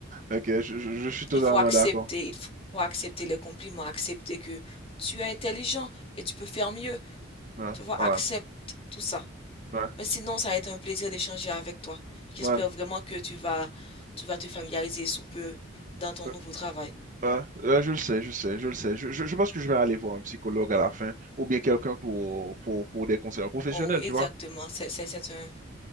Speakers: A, on the right; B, on the left.
A: ok, je, je- je suis totalement
B: Il faut accepter,
A: d'accord.
B: il faut accepter les compliments, accepter que tu es intelligent et tu peux faire mieux.
A: Ouais,
B: Tu vois,
A: ouais,
B: accepte tout ça.
A: ouais,
B: Mais sinon, ça a été un plaisir d'échanger avec toi. J'espère
A: ouais,
B: vraiment que tu vas, tu vas te familiariser sous peu dans ton
A: euh,
B: nouveau travail.
A: ouais, euh, je le sais, je sais, je le sais. Je, je, je pense que je vais aller voir un psychologue à la fin, ou bien quelqu'un pour, pour, pour des conseils professionnels,
B: Oh, oui, exactement,
A: tu vois.
B: c'est, c'est, c'est un...